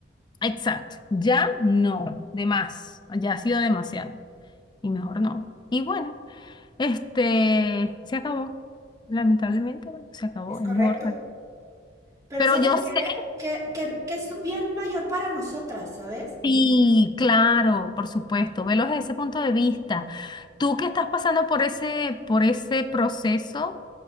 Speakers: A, on the left; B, on the right.
A: exacto, ya no, de más, ya ha sido demasiado y mejor no. Y bueno, este, se acabó, lamentablemente, bueno, se acabó,
B: Es correcto.
A: es mejor.
B: Pero
A: Pero
B: ¿sabes
A: yo sé.
B: qué? Que, que- que es un bien mayor para nosotras, ¿sabes?
A: Sí, claro, por supuesto, velo desde ese punto de vista. Tú que estás pasando por ese, por ese proceso,